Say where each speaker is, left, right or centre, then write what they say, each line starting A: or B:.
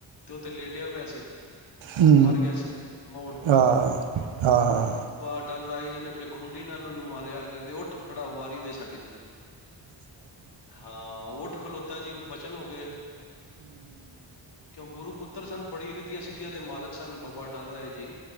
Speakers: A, on the left (about 60°); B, on the right (about 80°).
A: ਤੇ ਉਹ ਤੇ ਲੇਟਿਆ ਪਿਆ ਸੀ
B: ਹੂ
A: ਮਰ ਗਿਆ ਸੀ ਮਊਣ
B: ਹਾਂ ਹਾਂ ਹਾਂ।
A: ਅੱਟਲ ਰਾਏ ਜੀ ਨੇ ਆਪਣੀ ਖੁੰਡੀ ਨਾਲ ਉਹਨੂੰ ਮਾਰਿਆ, ਕਹਿੰਦੇ ਉੱਠ ਖੜਾ ਹੋ ਵਾਰੀ ਦੇ ਸਾਡੀ। ਹਾਂ ਉਠ ਖਲੋਤਾ ਜੀ ਬਚਨ ਹੋ ਗਏ, ਕਿਉਂ ਗੁਰੂ ਪੁੱਤਰ ਸਨ ਬੜੀ ਰਿੱਧੀਆਂ ਸਿੱਧੀਆਂ ਦੇ ਮਾਲਕ ਸਨ ਬਾਬਾ ਅੱਟਲ ਰਾਏ ਜੀ।